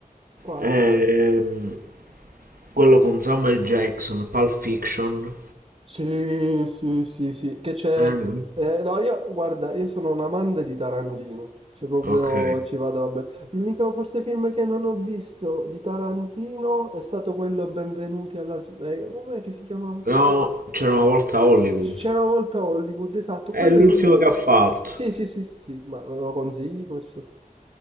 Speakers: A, on the right; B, on the right.
A: Quale?
B: ehm, quello con Samuel Jackson, Pulp Fiction?
A: Sì, sì, sì, sì, che c'è...
B: Eh,
A: eh, no, io, guarda, io sono un amante di Tarantino, cioè proprio
B: ok.
A: ci vado, vabbè. L'unico forse film che non ho visto di Tarantino è stato quello Benvenuti a Las Vegas, com'è che si chiamava?
B: No, c'era una volta a Hollywood.
A: C- C'era una volta a Hollywood, esatto,
B: È
A: quello
B: l'ultimo
A: è l'unico...
B: che ha fatto.
A: Sì, sì, sì, sì, sì, ma me lo consigli questo?